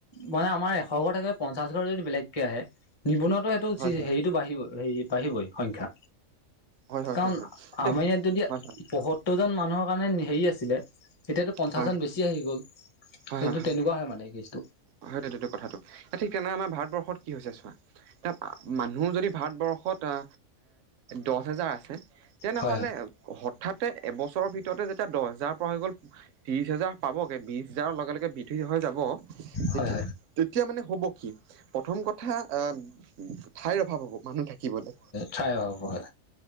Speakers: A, on the left; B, on the right.
A: মানে আমাৰ এশ ঘৰ থাকে পঞ্চাশ ঘৰ যদি বেলেগকে আহে নিবনুৱা সেইটো
B: হয় হয় হয়
A: হেৰিতটো বাঢ়িব হেৰি বাঢ়িবই সংখ্যা
B: হয় হয়
A: কাৰণ
B: হয় হয়
A: আমাৰ
B: দে
A: ইয়াত যদি
B: হয় হয়
A: পয়সত্তৰজন মানুহক কাৰণে হেৰি আছিলে এতিয়াতো পঞ্চাশজন
B: হয়
A: বেছি আহি গ'ল সেইটো
B: হয় হয়
A: তেনেকুৱা হয় মানে কেছটো
B: হয় দে কথাটো, এ ঠিক তেনেক আমাৰ ভাৰতবৰ্ষত কি হৈছে চোৱা এ মানুহ যদি ভাৰতবৰ্ষত আ, দশ হেজাৰ আছে তেনেহ'লে
A: হয়
B: হঠাৎ এবছৰৰ ভিতৰতে যেতিয়া দশ হাজাৰ পৰা হৈ গ'ল, ত্ৰিশ হেজাৰ পাবগে বিশ হাজাৰৰ লগে লগে বিৃদ্ধি হৈ যাব তেতিয়া
A: হয় হয়
B: যেতিয়া মানে হ'ব কি প্ৰথম কথা আ, ঠাইৰ অভাৱ হ'ব ম মানুহ থাকিবলৈ।
A: ঠাই অ', হয়,